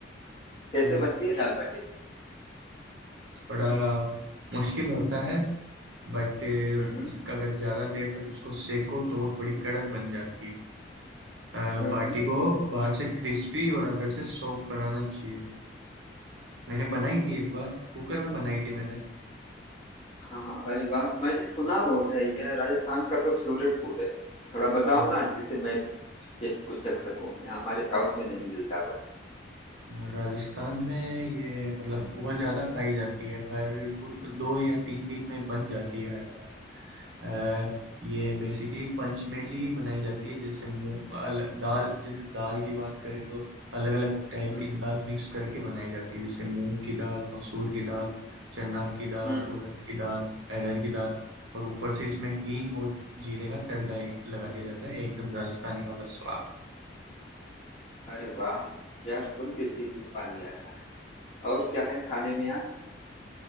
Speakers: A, on the left; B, on the right.
A: कैसे
B: अरे
A: बनती है दाल बाटी
B: थोड़ा मुश्किल होता है बट
A: हम्म हम्म
B: अगर ज्यादा देर तक उसको सेको तो वो थोड़ी कड़क बन जाती है अ,
A: हम्म
B: बाटी
A: हम्म।
B: को बाहर से क्रिस्पी और अंदर से सॉफ्ट बनाना चाहिए मैंने बनाई थी एक बार कुकर में बनाई थी मैंने
A: हाँ हाँ अरे वाह मैंने सुना बहुत है यह राजस्थान का तो फेवरेट फूड है थोड़ा बताओ
B: हाँ
A: ना जिससे मैं भी टेस्ट कुछ चख सकूं यहाँ हमारे साउथ में नहीं मिलता हुआ
B: और राजस्थान में ये मतलब बहुत ज़्यादा खाई जाती है हर कु- दो या तीन दिन में बन जाती है हर बार अ, ये बेसिकली पंचमेली बनाई जाती है जैसे मूंग अल, दाल जैसे दाल की बात करें तो अलग अलग टाइप
A: हम्म
B: की दाल मिक्स करके बनाई जाती है जैसे मूंग की दाल मसूर की दाल चना की दाल
A: हम्म। हम्म।
B: उड़द की दाल अरहर की दाल और ऊपर से इसमें हींग और जीरे का तड़का एक- लगा दिया जाता है एकदम राजस्थानी वाला स्वाद
A: अरे वाह यार सुन के जीभ में पानी आ रहा है और क्या है खाने में आज